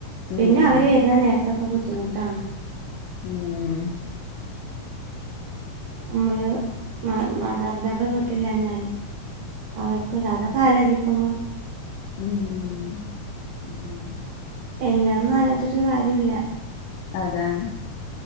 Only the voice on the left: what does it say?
ഉം
ഉം
ഉം
ഉം ഉം ഉം <unintelligible>
അതാണ്